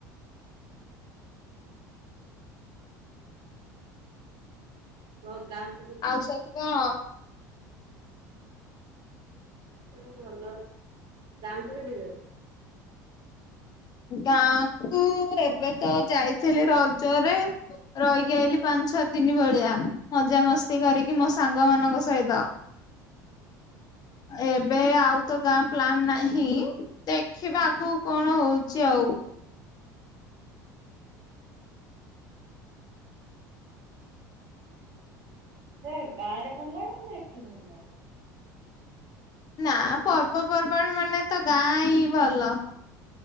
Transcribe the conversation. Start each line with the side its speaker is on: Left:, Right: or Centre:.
Right: ରୋଗାଣ
Left: ଆଉ ସବୁ କଣ?
Right: ସବୁ ଭଲ ଅଛି ଗାଁକୁ କେବେ ଯାଉ
Left: ଗାଁ କୁ ଏବେ ତ ଯାଇଥିଲି ରଜରେ। ରହିକି ଆଇଲି ପାଞ୍ଚ ଛଅ ଦିନି ଭଳିଆ ମଜା ମସ୍ତି କରିକି ମୋ ସାଙ୍ଗ ମାନଙ୍କ ସହିତ। ଏବେ ଆଉ ତ ଗାଁ ପ୍ଲାନ ନାହିଁ ଦେଖିବା ଆଗକୁ କଣ ହଉଛି ଆଉ।
Right: ସେ ଗାଁ ରେ ଭଲ ଲାଗେ ନା ଏଠି ଭଲ ଲାଗେ?
Left: ନା ପର୍ବପର୍ବାଣୀ ମାନେ ତ ଗାଁ ହିଁ ଭଲ